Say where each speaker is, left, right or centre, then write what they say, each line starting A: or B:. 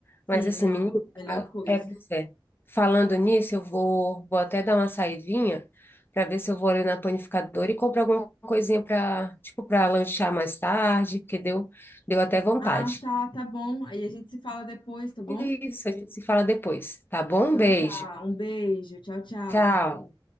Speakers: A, on the left; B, on the left.
A: Mas,
B: Sim,
A: assim,
B: não,
A: menina,
B: melhor
A: a-
B: coisa.
A: é, pois é. Falando nisso, eu vou, vou até dar uma saidinha para ver se eu vou ali na panificadora e comprar alguma coisinha para, tipo, para lanchar mais tarde, porque deu, deu até vontade.
B: Ah, tá, tá bom. Aí a gente se fala depois, tá bom?
A: Isso, a gente se fala depois, tá bom?
B: Então
A: Beijo.
B: tá, um beijo, tchau, tchau.
A: Tchau.